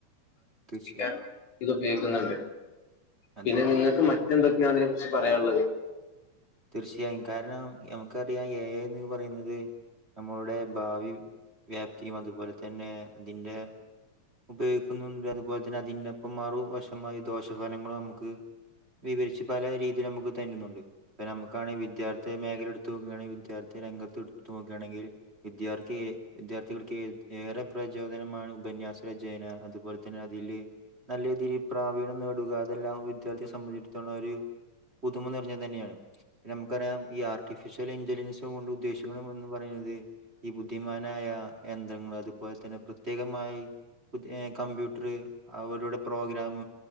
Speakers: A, on the right; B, on the left.
A: തീർച്ചയായും
B: <unintelligible> ഇത് ഉപയോഗിക്കുന്നുണ്ട്
A: അതെ
B: പിന്നെ
A: അതെ
B: നിങ്ങൾക്ക് മറ്റെന്തൊക്കെയാണ് അതിനെ കുറിച്ച് പറയാനുള്ളത്
A: തീർച്ചയായും കാരണം നമുക്കറിയാം എ ഐ ന്ന് പറയുന്നത് നമ്മളുടെ ഭാവി വ്യാപ്തിയും അതുപോലെ തന്നെ അതിന്റെ ഉപയോഗിക്കുന്നുണ്ട് അതുപോലെ തന്നെ അതിന്റെപ്പം മറു വശമായി ദോഷഫലങ്ങളും നമുക്ക് വിവരിച്ച് പല രീതിയിലും നമുക്ക് തരുന്നുണ്ട് ഇപ്പൊ നമുക്കാണെങ്കി വിദ്യർത്ഥി മേഖല എടുത്ത് നോക്കയാണെങ്കി വിദ്യാർത്ഥി രംഗത്ത് എടുത്ത് നോക്കുകയാണെങ്കിൽ വിദ്യാർത്ഥി വിദ്യാർത്ഥികൾക്ക്ഏ ഏറെ പ്രചോദനമാണ് ഉപന്യാസ രചയന അതുപോലെ തന്നെ അതില് നല്ല രീതിയിൽ പ്രാവീണ്ണം നേടുക അതെല്ലാം വിദ്യാർത്ഥിയെ സംബന്ധിച്ചടത്തോള ഒരു പുതുമ നിറഞ്ഞത് തന്നെയാണ് നമുക്കറിയാം ഈ ആർട്ടിഫിഷ്യൽ ഇന്റലിജൻസ കൊണ്ട് ഉദ്ദേശിക്കണം എന്ന് പറയുന്നത് ഈ ബുദ്ധിമാനായ യന്ത്രങ്ങൾ അതുപോലെ തന്നെ പ്രത്യേകമായി പുതിയ കമ്പ്യൂട്ടർ അവരുടെ പ്രോഗ്രാം